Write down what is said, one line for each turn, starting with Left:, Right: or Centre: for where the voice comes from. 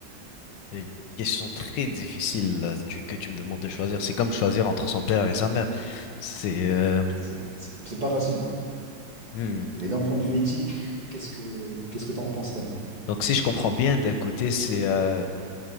Left: Une question très difficile là, tu- que tu me demandes de choisir, c'est comme choisir entre son père et sa mère. C'est... euh,
Right: C'est c'est- c'est pas facile.
Left: hmm.
Right: Mais d'un point de vue éthique, qu'est-ce que qu'est-ce que t'en penserais?
Left: Donc si je comprends bien, d'un côté, c'est euh,